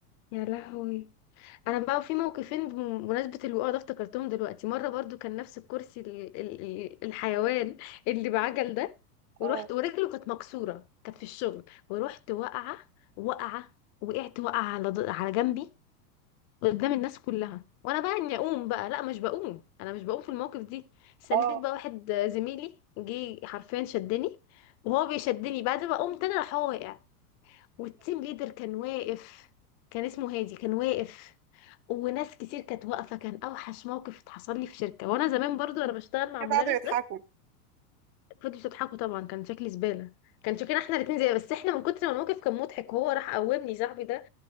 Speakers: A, on the left; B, on the right.
A: يا لهوي انا بقى في موقفين بمناسبه الوقوع ده افتكرتهم دلوقتي مره برضو كان نفس الكرسي ال- ال- ال- الحيوان اللي بعجل ده ورحت
B: اه
A: ورجله كانت مكسوره كانت في الشغل ورحت واقعه واقعه وقعت واقعه على ض- على جنبي قدام الناس كلها وانا بقى اني اقوم بقى لا مش بقوم انا مش بقوم في المواقف دي استنيت
B: اه
A: بقى واحد زميلي جه حرفيا شدني وهو بيشدني بعد ما قمت انا راح هو واقع والتيم ليدر كان واقف كان اسمه هادي كان واقف وناس كتير كانت واقفه كان اوحش موقف اتحصل لي في شركه وانا زمان برضو انا بشتغل مع
B: كده
A: المدرس
B: قعدوا يضحكوا
A: ده فضلوا تضحكوا طبعا كان شكلي زباله كان شكلنا احنا الاتنين زي بس احنا من كتر ما الموقف كان مضحك وهو راح قومني صاحبي ده